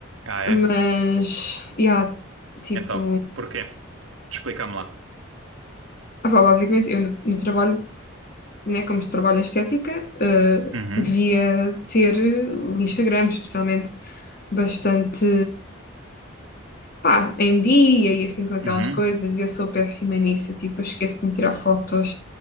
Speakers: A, on the right; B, on the left.
A: Ah, é?
B: Mas, yeah, tipo,
A: Então, porquê? Explica-me lá.
B: ah, pá, basicamente, eu no, no trabalho, né, como trabalho em estética, eh,
A: Uhum,
B: devia ter o Instagram, especialmente, bastante. pá, em dia e assim com aquelas
A: uhum.
B: coisas, e eu sou péssima nisso, eu, tipo, eu esqueço de me tirar fotos,